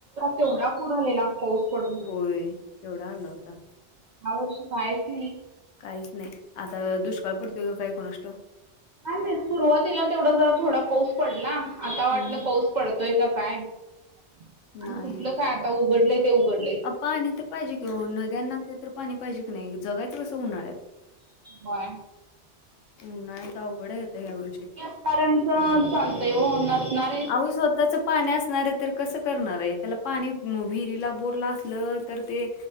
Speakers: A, on the right; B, on the left.
A: केवढा पूर आलेला पाऊस पडून!
B: होय केवढा आला होता.
A: ह्या वर्षी कायच नाही.
B: काहीच नाही आता दुष्काळ पडतोय का काय कुणास ठाऊक?
A: काय माहित सुरुवातीला तेवढा जरा थोडा पाऊस पडला आता वाटलं
B: हम्म.
A: पाऊस पडतोय का काय <inaudible> आणि
B: नाही.
A: कुठलं काय आता उघडलेय ते उघड
B: अ पाणी तर पाहिजे कि ओ नद्यांना, ते तर पाणी पाहिजे की नाही जगायचं कसं उन्हाळ्यात?
A: होय
B: उन्हाळ्यात अवघड आहे आता ह्या वर्षी.
A: असणाऱ्याचं चालतंय ओ नसणार
B: अहो स्वतःच पाणी असणारे तर कसं करणार आहे त्याला पाणी विहिरीला बोरला असलं तर ते